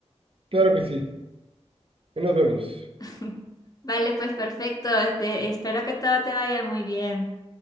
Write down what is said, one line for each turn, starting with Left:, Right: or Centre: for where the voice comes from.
Right: Claro que sí. Ahí Nos vemos.
Left: <laughs> Vale, pues perfecto. Este, espero que todo te vaya muy bien.